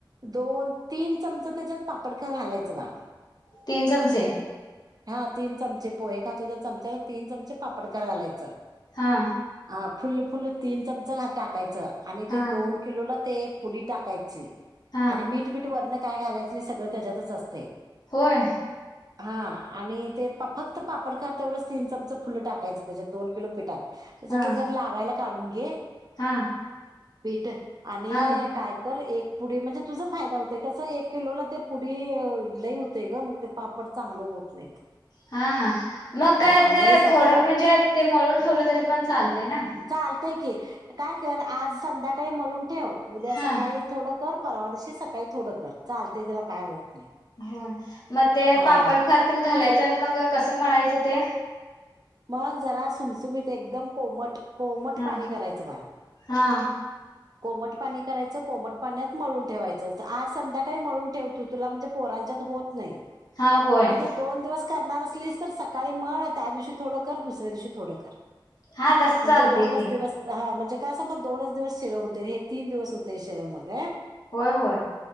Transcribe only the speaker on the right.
दोन, तीन चमचं त्याच्यात पापडकार घालायचं बाळ
हा तीन चमचे पोहे खातोय, त्या चमचान तीन चमचे पापडकार घालायचं.
हा, फुल्ल-फुल्ल तीन चमचं टाकायचं, आणि
ते दोन किलोला ते पुडी टाकायची,
आणि मीठ-बीट वरण काय घालायचं नय, सगळं त्याच्यातच असतंय
हा, आणि ते पप-फक्त पापडखार तेवढंच तीन चमचं फुल्ल टाकायचं, त्याच्यात दोन किलो पिठात, त्याच्यातलं
जरा लावायला काढून घे
पीठ, आणि
काय तर एक पुडी म्हणजे तुझा फायदा हुतय कसं एक किलोला ते पुडी लई हुतय ग मंग ते पापड चांगलं होत नाहीत.
अ
लई सा
चालतंय की काय कर आज संध्याकाळी मळून ठेव उद्या
सकाळी थोडं कर परवा दिवशी सकाळी थोडं कर चालतंय त्याला काय होत नाही.
हा
मग जरा सुमसुमीत एकदम कोमट कोमट
पाणी करायचं बाळ.
कोमट पाणी करायचं कोमट पाण्यात मळून ठेवायचं आज संध्याकाळी मळून ठेव तू तुला म्हणजे पोरांच्यात होत नाही.
नाहीतर दोन दिवस करणार असलीस तर सकाळी मळ त्या दिवशी थोडं कर दुसऱ्या दिवशी थोडं कर.
म्हणजे
दोनच
दिवस हा म्हणजे का सांग दोनच दिवस शीळ हुतय हे तीन दिवस हुतय शीळ मग अ.